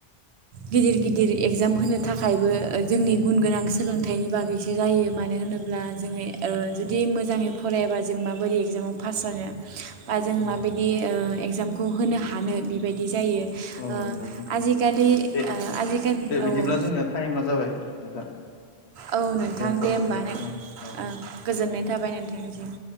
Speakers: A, on the right; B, on the left.
A: गिदिर गिदिर एगजाम होनो थाखायबो जोंनि गुन गोनां सोलोंथाइनि बागैसो जायो मानो होनोब्ला जोङो ओ
B: आरो
A: जुदि मोजाङै फरायाबा जों माबोरै एगजामाव पास जानो। बा जों
B: औ
A: माबायदि ओ एगजामखौ होनो हानो बेबायदि जायो। ओ
B: औ औ नंगौ नोंथां
A: आजिखालि
B: दे
A: ओ आजिखालि
B: दे
A: औ
B: बिदिब्ला
A: औ।
B: जोंनिया टाइमा जाबाय नोंथां।
A: औ नोंथां
B: दोनथ'नोसै
A: दे होमबालाय
B: नामा
A: ओ
B: जों औ दे
A: गोजोननाय। थाबाय नोथांनिसिम।